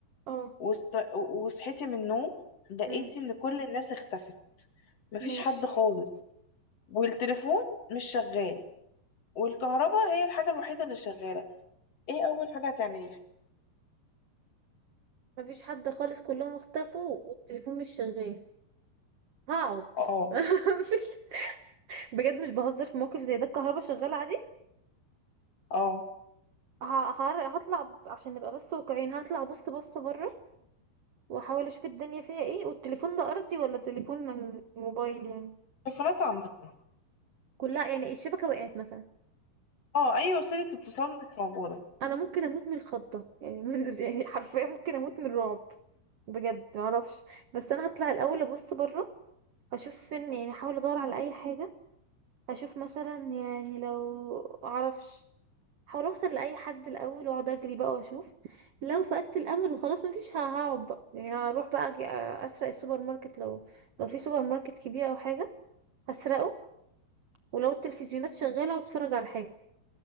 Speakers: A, on the right; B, on the left.
A: اه
B: وست... وصحيتي من النوم لقيتي
A: امم
B: ان كل الناس اختفت مفيش
A: ماشي
B: حد خالص والتليفون مش شغال والكهرباء هي الحاجة الوحيدة اللي شغالة ايه أول حاجة هتعمليها
A: مفيش حد خالص كلهم اختفوا والتليفون مش شغال هقعد
B: اه
A: <laughs> مش- بجد مش بهزر في موقف زي ده الكهرباء شغالة عادي
B: اه
A: ه- هر- هطلع ب- عشان نبقى بس واقعيين هطلع بص بص بره واحاول اشوف الدنيا فيها ايه والتليفون ده ارضي ولا تليفون من موبايل يعني
B: تليفونات عامة
A: كلها يعني الشبكة وقعت مثلا
B: اه اي وسيلة اتصال مش موجودة
A: انا ممكن اموت من الخضة يعني من <laughs> يعني حرفيا ممكن اموت من الرعب بجد معرفش بس انا هطلع الاول ابص بره اشوف فين يعني احاول ادور على اي حاجة اشوف مثلا يعني لو معرفش احاول اوصل لاي حد الاول واقعد اجري بقى واشوف لو فقدت الامل وخلاص مفيش ه- هقعد بقى يعني هروح بقى أجي اسرق السوبر ماركت لو لو في سوبر ماركت كبير او حاجة هسرقه ولو التلفزيونات شغالة واتفرج على حاجة